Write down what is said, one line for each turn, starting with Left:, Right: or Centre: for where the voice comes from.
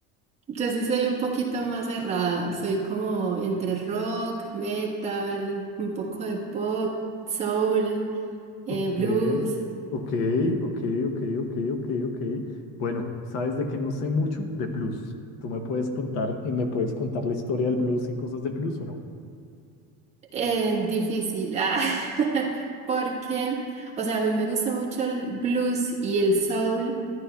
Right: Yo sí soy un poquito más cerrada, soy como entre rock, metal, un poco de pop, soul, eh,
Left: Ok,
Right: blues.
Left: ok, ok, ok, ok, ok, ok. Bueno, ¿sabes de qué no sé mucho? De blues. ¿Tú me puedes contar y me puedes contar la historia del blues y cosas del blues o no?
Right: Eh, difícil, ah, <laughs> porque, o sea, a mí me gusta mucho el blues y el soul,